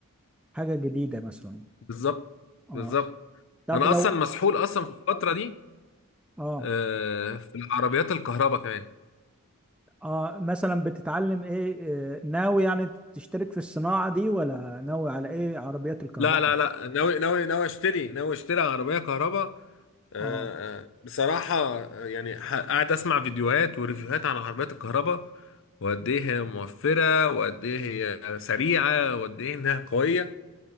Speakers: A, in the centre; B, on the left.
A: حاجة جديدة مثلا
B: بالظبط
A: اه
B: بالظبط
A: طب
B: انا
A: لو
B: اصلا مسحول اصلا في الفترة دي
A: اه
B: آه، في العربيات الكهرباء كمان
A: اه مثلا بتتعلم ايه آه، ناوي يعني تشترك في الصناعة دي ولا ناوي على ايه عربيات الكهرباء
B: لا لا لا ناوي ناوي ناوي اشتري ناوي اشتري عربية كهرباء آه،
A: اه
B: آه، بصراحة آه، يعني ح- قاعد أسمع فيديوهات وريفيوهات عن عربيات الكهرباء وقد إيه هي موفرة وقد إيه هي سريعة وقد إيه إنها قوية